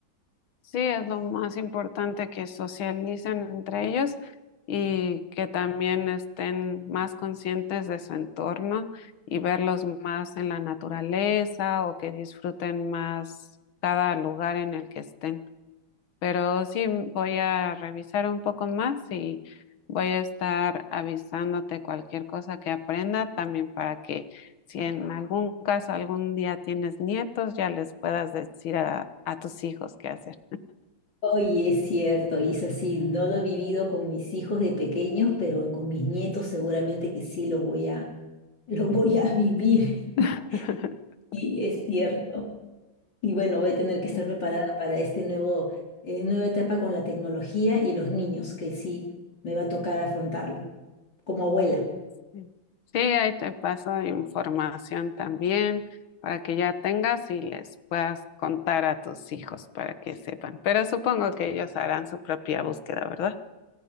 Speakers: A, on the left; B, on the left.
A: Sí, es lo más importante que socialicen entre ellos y que también estén más conscientes de su entorno y verlos más en la naturaleza o que disfruten más cada lugar en el que estén. Pero sí voy a revisar un poco más y voy a estar avisándote cualquier cosa que aprenda también para que si en algún caso algún día tienes nietos, ya les puedas decir a, a tus hijos qué hacer.
B: Oye, es cierto, Isa, sí, no lo he vivido con mis hijos de pequeños, pero con mis nietos seguramente que sí lo voy a, <laughs> lo voy a vivir. <laughs>
A: <laughs>
B: Sí, es cierto. Y bueno, voy a tener que estar
A: Sí,
B: preparada para este nuevo, eh, nueva etapa con la tecnología y los niños, que sí me va a tocar afrontarlo como abuela.
A: sí. Sí, ahí te paso información también para que ya tengas y les puedas contar a tus hijos para que sepan. Pero supongo que ellos harán su propia búsqueda, ¿verdad?